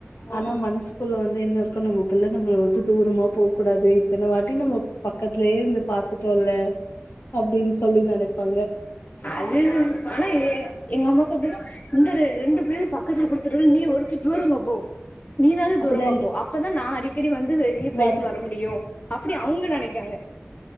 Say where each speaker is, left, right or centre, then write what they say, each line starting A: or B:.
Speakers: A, on the left; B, on the left.
A: ம்
B: ஆனா மனசு புள்ள வந்து என்ன அர்தோ நம்ம பிள்ள நம்மள வுட்டு தூரமா போ கூடாது இத்தன வாட்டி நம்ம பக்கத்துலயே இருந்து பாத்துட்டோல்ல அப்டின்னு சொல்லி நெனைப்பாங்க
A: அது பணயே எங்க அம்மாக்கு அப்டியே இந்தாரு ரெண்டு பிள்ளைகளு பக்கத்துல குடுத்துட்டோ நீ ஒருத்தி தூரமா போ நீனாவது தூரமா
B: அப்பதா எல்
A: போ அப்பதா நா அடிக்கடி வந்து வெளிய போயிட்டு
B: வர்
A: வ ர முடியு அப்பிடி அவுங்க நெனைக்காங்க